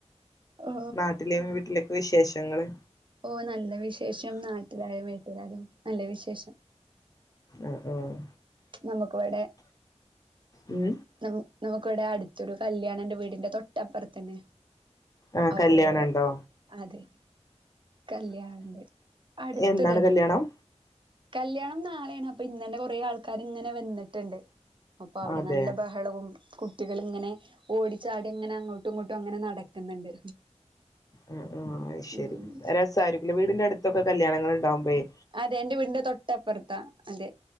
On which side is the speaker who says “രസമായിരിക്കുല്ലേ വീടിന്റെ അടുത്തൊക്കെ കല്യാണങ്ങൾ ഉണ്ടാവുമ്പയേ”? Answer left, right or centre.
Left